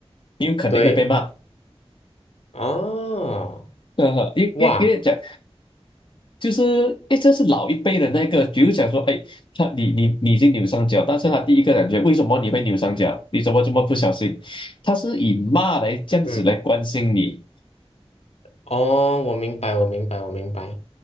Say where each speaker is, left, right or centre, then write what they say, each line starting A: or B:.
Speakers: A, on the left; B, on the left.
A: 因为肯定会被骂，
B: 对，哦，
A: 呃，因因因为讲
B: 哇。
A: 就是哎，这是老一辈的那个，比如讲说，哎，他你你你已经扭伤脚，但是他第一个感觉，为什么你会扭伤脚？你怎么这么不小心？他是以骂来这样子来关心你，
B: 嗯。哦，我明白，我明白，我明白。